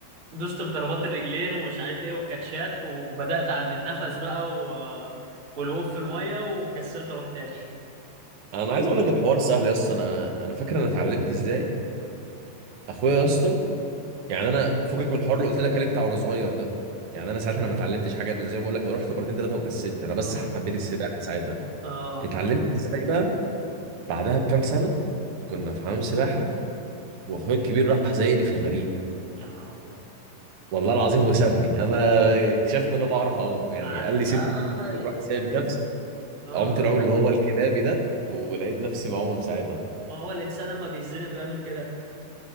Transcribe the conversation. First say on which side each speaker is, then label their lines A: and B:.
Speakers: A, on the right; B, on the right.
A: دوست في ضربات الرجلين ومش عارف ايه والكاتشات وبدأت عند النفس بقى و... والوقوف في المية وكسلت اروح تاني
B: انا عايز اقول لك الحوار سهل يا اسطى انا انا فاكر انا اتعلمت ازاي اخويا يا اسطى يعني انا فكك من الحوار اللي قلت لك عليه بتاع وانا صغير ده يعني انا ساعتها انا ما اتعلمتش حاجه انا زي ما بقول لك انا رحت مرتين ثلاثه وكسلت انا بس
A: اه
B: حبيت السباحه ساعتها
A: اه
B: اتعلمت ازاي بقى بعدها بكام سنه كنا في حمام سباحه واخويا الكبير راح زايقني في الغريق
A: يا نهار ابيض
B: والله العظيم وسابني انا اكتشفت ان انا بعرف اعوم يعني
A: قعدت
B: قال لي
A: بقى
B: سيب نفسك
A: اه ليه؟
B: رحت سايب نفسي
A: آه.
B: عمت العوم اللي هو الكلابي ده ولقيت نفسي بعوم في ساعتها
A: ما هو الانسان لما بيتزنق بيعمل كده